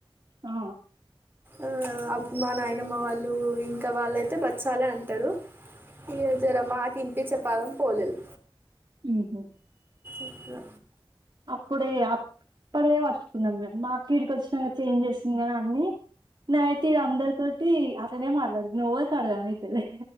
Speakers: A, on the right (about 50°); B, on the right (about 20°).
A: ఆ
B: ఉమ్ అ మా నాయనమ్మ వాళ్ళు ఇంకా వాళ్ళయితే బచ్చాలే అంటారు ఈ జరమ్మా మా కినిపిచ్చే పదం పోలేలు
A: ఉహు
B: ఇకా
A: అప్పుడేది అప్పుడదే బట్టుకున్నం మే మా ఈడికొచ్చిన చేంజ్ చేసింది గదా అన్ని నే అయితే ఈడ అందరితోటి అట్లనే మాట్లాడు నోవ్వరికి అర్థమయితలే